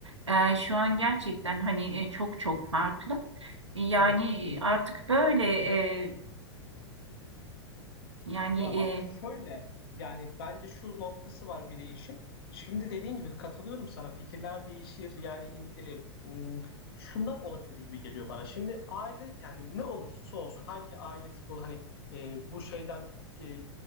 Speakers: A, on the right (about 80°); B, on the left (about 55°).
A: e, şu an gerçekten hani e, çok çok farklı. Yani
B: Evet.
A: artık böyle e, yani
B: Ya ama
A: e,
B: şöyle yani bence şu noktası var bir de işin. Şimdi dediğin gibi katılıyorum sana fikirler değişir yani in- e, m, şundan olabilir gibi geliyor bana. Şimdi aile yani ne olursa olsun hangi aile tipi olur hani e, bu şeyden e,